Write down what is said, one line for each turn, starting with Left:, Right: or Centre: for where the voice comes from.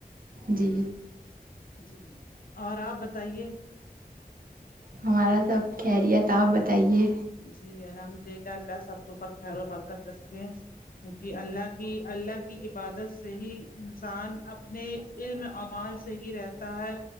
Right: جی
Left: جی اور آپ بتائیے
Right: ہمارا سب خیریت آپ بتائیے
Left: جی الحمد للہ اللہ سب کے اوپر خیر و برکت رکھے کیونکہ اللہ کی اللہ کی عبادت سے ہی انسان اپنے علم اعمال سے ہی رہتا ہے